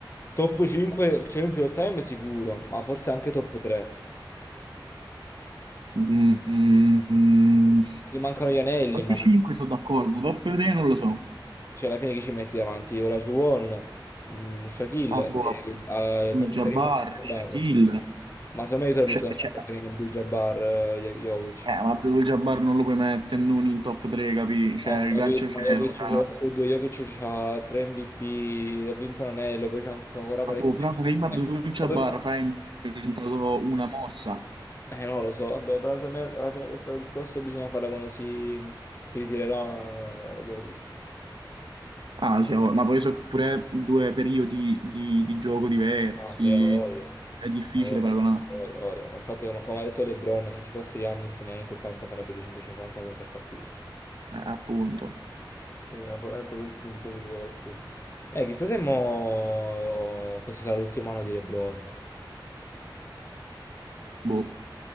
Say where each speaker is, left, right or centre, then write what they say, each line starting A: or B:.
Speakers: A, on the left; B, on the right.
A: top 5 centri all time sicuro, ma forse anche top 3.
B: Mm, mm,
A: Gli mancano gli anelli,
B: Top
A: ma
B: 5 sono d'accordo, top 3 non lo so.
A: cioè, alla fine chi ci metti davanti? Olajuwon, mm, Shaquille
B: Abbo,
A: e eh,
B: Abdul-Jabbar,
A: Karim Abdul-Jabbar.
B: Shaquille.
A: Ma secondo me io te lo
B: Cioè,
A: metto davanti
B: cioè,
A: a Karim Abdul-Jabbar, eh, Jokic.
B: eh, ma Abdul-Jabbar non lo puoi mettere non in top 3, capì? Cioè,
A: Ho
B: il
A: capito,
B: gancio
A: ma
B: cielo
A: Jokic
B: fra...
A: c'è tutto, Jokic c'ha 3 MVP, ha vinto un anello, poi c'è anche- ancora parecchi.
B: Abbo, però prima
A: Eh,
B: Abdul-Jabbar
A: Vabbè,
B: fra ha inventato una mossa.
A: Eh, non lo so, vabbè, però secondo me alla fine questo discorso bisogna farlo quando si, si ritirerà eh, Jokic.
B: Ah, sì, ma poi sono pure due periodi di, di gioco diversi.
A: Ah, sì, ha voglia.
B: È difficile
A: Ha voglia.
B: paragonare.
A: Ha voglia, ha voglia. Ma Infatti, come, come ha detto LeBron, se ci fosse Giannis negli anni 70 farebbe 250 punti a partita.
B: Eh, appunto.
A: Quindi erano pro- erano proprio stili di giochi diversi. Eh, chissà se mo... oh, questo sarà l'ultimo anno di LeBron.
B: Boh.